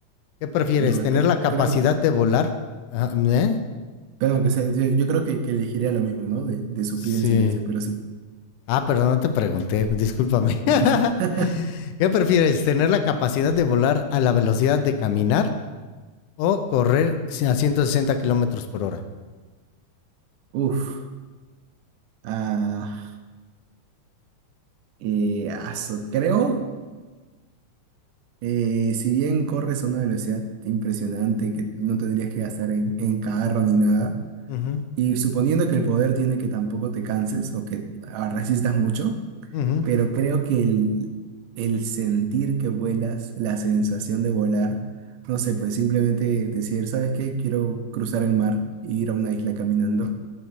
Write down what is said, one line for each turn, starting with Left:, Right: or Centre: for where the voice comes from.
Left: ¿Qué prefieres?
Right: No,
Left: ¿Tener
Right: creo,
Left: la capacidad
Right: creo,
Left: de volar? Ah, ¿eh?
Right: perdón, que sea- sí, yo creo que, que elegiría lo mismo, ¿no? De, de sufrir
Left: Sí.
Right: en silencio, pero sí.
Left: Ah, pero no te pregunté, discúlpame.
Right: <laughs>
Left: <laughs> ¿Qué prefieres? ¿Tener la capacidad de volar a la velocidad de caminar o correr si a 160 kilómetros por hora?
Right: Uf. Ah, eh, aso, creo. Eh, si bien corres a una velocidad impresionante que no tendrías que gastar en, en carro ni nada,
Left: Ujú,
Right: y suponiendo que el poder tiene que tampoco te canses o que ah, resistas mucho,
Left: ujú.
Right: pero creo que el, el sentir que vuelas, la sensación de volar, no sé, pues simplemente decir, ¿sabes qué? Quiero cruzar el mar e ir a una isla caminando,